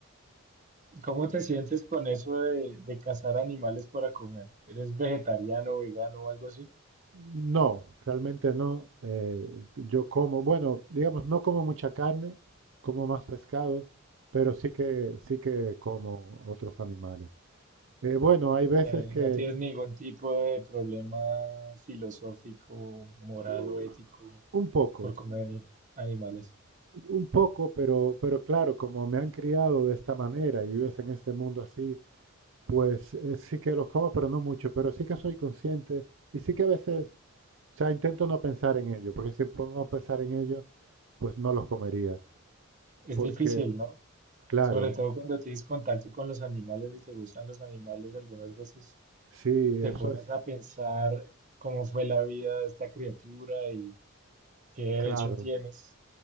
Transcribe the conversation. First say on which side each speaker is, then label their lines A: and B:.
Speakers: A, on the right; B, on the right.
A: <laughs> ¿Cómo te sientes con eso de, de cazar animales para comer? ¿Eres vegetariano, vegano o algo así?
B: No, realmente no. eh, yo como, bueno, digamos, no como mucha carne, como más pescado, pero sí que, sí que como otros animales. Eh, bueno, hay veces
A: sea, no
B: que,
A: tienes ningún tipo de problema filosófico, moral
B: uh,
A: o ético
B: un poco.
A: por comer animales.
B: Un poco, pero, pero claro, como me han criado de esta manera y vives en este mundo así, pues eh, sí que los como, pero no mucho, pero sí que soy consciente y sí que a veces, o sea, intento no pensar en ello, porque si pongo a pensar en ello, pues no los comería,
A: Es
B: porque
A: difícil, ¿no?
B: claro,
A: Sobre todo cuando tienes contacto con los animales y te gustan los animales, algunas veces
B: sí,
A: te
B: eso
A: pones
B: es,
A: a pensar cómo fue la vida de esta criatura y qué derecho
B: claro,
A: tienes